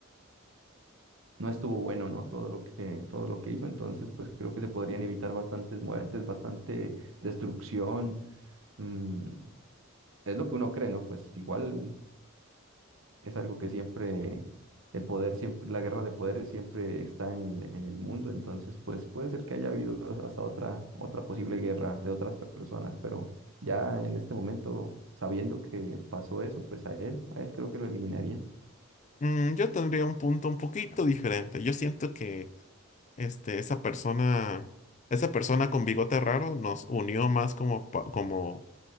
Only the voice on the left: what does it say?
Mm, yo tendría un punto un poquito diferente. Yo siento que este, esa persona, esa persona con bigote raro nos unió más como, pa- como,